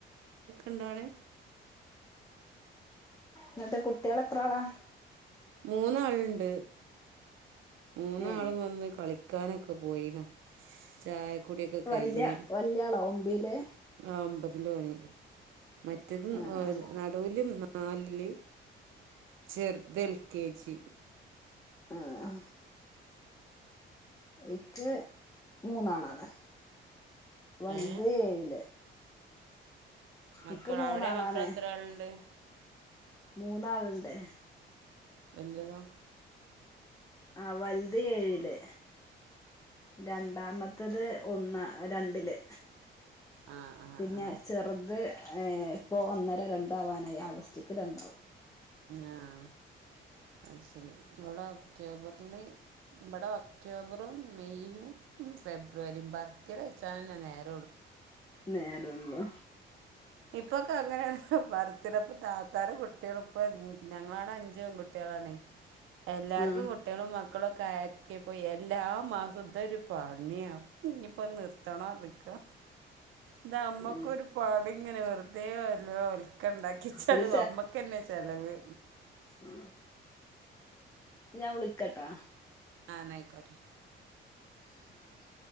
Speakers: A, on the right; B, on the left.
A: ണ്ടോവടെ
B: ന്നിട്ട് കുട്ടികൾ എത്ര ആളാ
A: മൂന്നാളുണ്ട് മൂന്നാളും
B: ഏ
A: വന്ന് കളിക്കാനൊക്കെ പോയിന ചായക്കൂടിക്കെ കഴിഞ്ഞ്
B: വല്യ വല്യ ആളോ ഒമ്പയില്
A: ആ ഒമ്പതിലോന് മറ്റതും
B: ആ
A: ഏ എ നടൂൽ നാലിൽ ചെറുത് എൽ കെ ജി
B: ആഹ് ഇക്ക് മൂന്നാളാണ് വല്ത്
A: ഏ
B: ഏഴില് <inaudible>
A: മക്കൾ
B: ഇക്ക് മൂന്നാളാണ്
A: അവിടെ മക്കളെത്രാളുണ്ട്
B: മൂന്നാളുണ്ട്
A: വല്യേതോ
B: ആ വലുത് ഏഴില് രണ്ടാമത്തത് ഒന്ന് രണ്ടില്
A: ആ ആ ആ
B: പിന്നെ
A: ആ
B: ചെറുത് ഇപ്പോ ഒന്നര രണ്ടാവാനായി ആഗസ്റ്റക്ക് രണ്ടാവും
A: ആഹ അ ശരി നമ്മടെ ഒക്ടോബറില് ഇവിടെ ഒക്ടോബറും മെയും ഫെബ്രുവരിയും ബർത്ത്ഡേ കയിച്ചാനെന്നെ നേരം
B: നേരംന്നോ
A: ഇപ്പൊക്കെ അങ്ങനെയാണ് ബർത്തീടെ താത്താരെ കുട്ടികൾ ഇപ്പ ഞങ്ങളടെ അഞ്ചും കുട്ടികള എല്ലാർക്കും
B: ആ
A: കുട്ടികളും മക്കളോ <unintelligible> എല്ലാ മാസത്തെ ഒരു പാടണിയാണ് ഇനിയിപ്പ നിർത്തണം ഇതൊക്കെ ഇത് അമ്മക്കൊരു
B: ഉം.
A: പാടാ അവിടെ ഇങ്ങനെ വെറുതെയോ എല്ലോ ഒൽക്ക ഉണ്ടാക്കി ചടു
B: ഒരു
A: അമ്മക്ക്ന്നെ ചെലവ്
B: ഉ ഞാൻ വിളിക്കട്ടാ
A: ആ ന ആയിക്കോട്ടെ
B: ആ